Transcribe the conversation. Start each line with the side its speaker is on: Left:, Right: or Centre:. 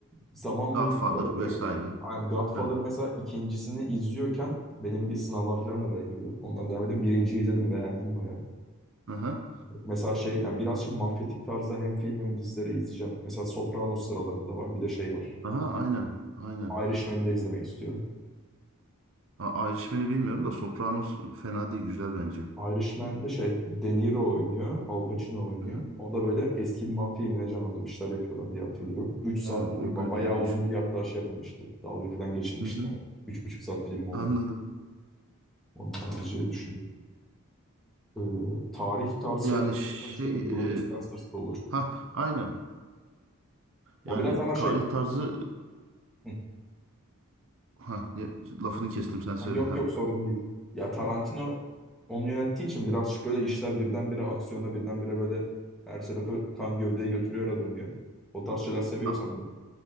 Centre: zaman
Right: Godfather
Centre: buldukça bakıyorum.
Right: vesaire.
Centre: Yani Godfather
Right: Heh.
Centre: mesela ikincisini izliyorken benim bir sınavlar falan da böyle girdi. Ondan devam edeyim. Birinciyi izledim beğendim baya.
Right: Aha.
Centre: Mesela şey ya birazcık mafyatik tarzda hem film hem dizileri izleyeceğim. Mesela Sopranos sıralarımda var. Bir de şey var.
Right: Aha
Centre: E,
Right: aynen. Aynen.
Centre: Irishman'i de izlemeyi istiyorum.
Right: A Irishman'i bilmiyorum da Sopranos fena değil. Güzel bence.
Centre: Irishman'de şey De Niro oynuyor, Al Pacino oynuyor.
Right: Hı hı.
Centre: Onda böyle eski bir mafya yemeğine canlandırıp işler yapıyorlar diye hatırlıyorum. 3 saatlik
Right: Aa,
Centre: bir
Right: o
Centre: bayağı
Right: da iyiymiş.
Centre: uzun bir hatta şey yapılmıştı. Dalga falan geçilmişti.
Right: Hı hı.
Centre: Yani. üç buçuk saat film mi olur?
Right: Anladım.
Centre: Onun harici düşünün. Ee, tarih tarzı
Right: Yani
Centre: şeyler
Right: şey
Centre: zaten işte Inglourious
Right: e,
Centre: Basterds da olur.
Right: ha aynen.
Centre: O
Right: Yani
Centre: biraz ama şey
Right: tarih tarzı
Centre: hı,
Right: e, ha ya- lafını kestim sen söyle
Centre: ha, yok
Right: ha.
Centre: yok sorun değil. Ya Tarantino onu yönettiği için birazcık böyle işler birdenbire aksiyona birdenbire böyle her tarafı kan gövdeye götürüyor dönüyor. O tarz şeyler seviyorsan
Right: A-
Centre: da